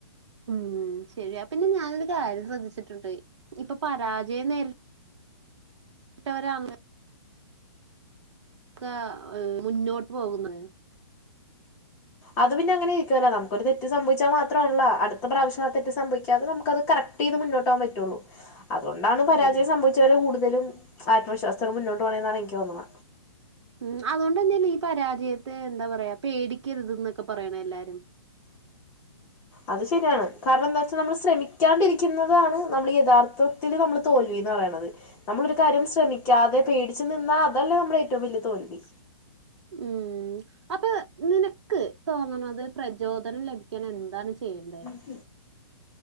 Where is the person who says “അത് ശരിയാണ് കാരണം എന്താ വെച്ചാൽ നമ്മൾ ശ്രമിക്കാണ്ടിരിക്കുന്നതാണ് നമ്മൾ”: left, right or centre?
Left